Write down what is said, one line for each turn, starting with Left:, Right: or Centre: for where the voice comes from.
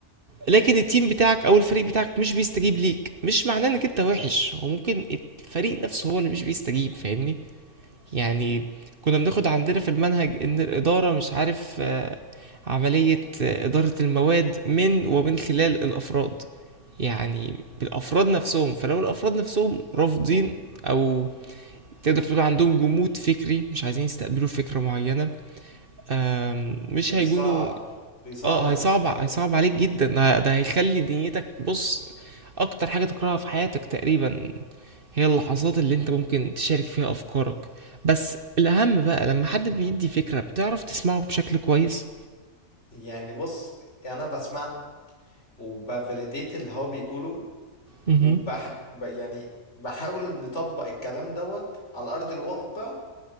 Right: لكن التيم بتاعك او الفريق بتاعك مش بيستجيب ليك مش معناه انك انت وحش هو ممكن الفريق نفسه هو اللي مش بيستجيب فاهمني يعني كنا بناخد عندنا في المنهج ان الاداره مش عارف آه، عمليه آه، اداره المواد من ومن خلال الافراد يعني بالافراد نفسهم فلو الافراد نفسهم رافضين او تقدر تقول عندهم جمود فكري مش عايزين يستقبلوا فكره معينه آم، مش
Left: بيصعب
Right: هيكونوا
Left: بيصعب
Right: اه
Left: ال...
Right: هيصعب هيصعب
Left: ده.
Right: عليك جدا ده ده هيخلي دنيتك بص اكتر حاجه تكرهها في حياتك تقريبا هي اللحظات اللي انت ممكن تشارك فيها افكارك بس الاهم بقى لما حد بيدي فكرة بتعرف تسمعه بشكل كويس
Left: يعني بص انا بسمع وبفاليديت اللي هو بيقوله
Right: مهم.
Left: وبح... ب- يعني بحاول نطبق الكلام دوت على ارض الواقع